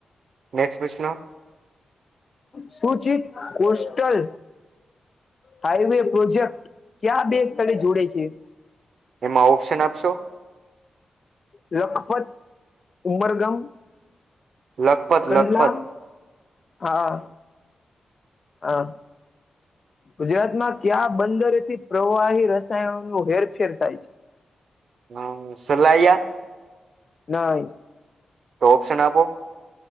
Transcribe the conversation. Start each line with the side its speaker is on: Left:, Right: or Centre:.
Right: નેક્સ્ટ પશ્નો.
Left: સુુંચિત કોસ્ટલ હાઈવે પ્રોજેક્ટ ક્યાં બે સ્થળે જોડે છે?
Right: એમાં ઓપ્શન આપશો.
Left: લખપત, ઉમરગમ
Right: લખપત
Left: કંડલા
Right: લખપત
Left: હા હા ગુજરાતમાં ક્યાં બંદરેથી પ્રવાહી રસાયણો ન હેરફેર થાય છે?
Right: હા સલાઈયા.
Left: નાહી.
Right: તો ઓપ્શન આપો.